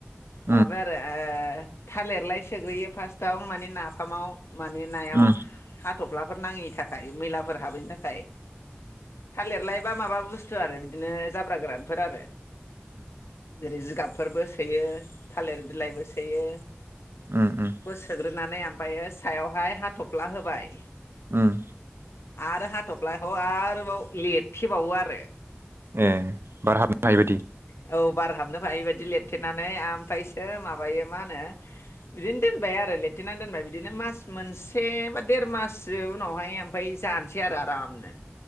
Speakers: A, on the right (about 65°); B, on the left (about 90°).
A: उम
B: माबाय आरो ओ थालिरलाय सोग्रोयो फास्ट दा माने नाफामाव माने नायाव
A: उम
B: हात थफ्लाफोर नाङैनि थाखाय मैलाफोर हाबैनि थाखाय थालिरलाइ बा माबा बुस्थु आरो बिदिनो जाब्रा गोरानफोर आरो जेरै जिगाब फोरबो सोयो। थालिर बिलाइबो सोयो।
A: उम उम
B: सोग्रोनानै ओमफ्रायो सायावहाय हाथफ्ला होबाय।
A: उम
B: आरो हाथफ्लाखौ आरोबाव लिरथेबावो आरो
A: ए बार हाबनो हायैबायदि।
B: उम औ बार हाबनो हायैबायदि लिरथेनानै ओमफ्रायसो माबायो मा होनो बिदिनो दोनबाय आरो लिरथेना दोनबाय बिदिनो मास मोनसे बा देर माससो उनावहाय ओमफ्राय जानोसै आरो आरामनो।